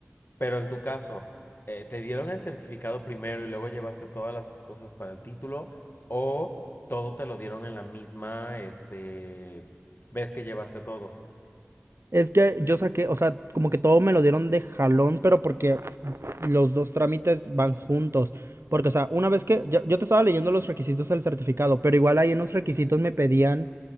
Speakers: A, on the left; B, on the right.
A: Pero en tu caso, eh, ¿te dieron el certificado primero y luego llevaste todas las cosas para el título? ¿O todo te lo dieron en la misma, este, vez que llevaste todo?
B: Es que yo saqué, o sea, como que todo me lo dieron de jalón, pero porque los dos trámites van juntos. Porque, o sea, una vez que yo, yo te estaba leyendo los requisitos del certificado, pero igual ahí en los requisitos me pedían,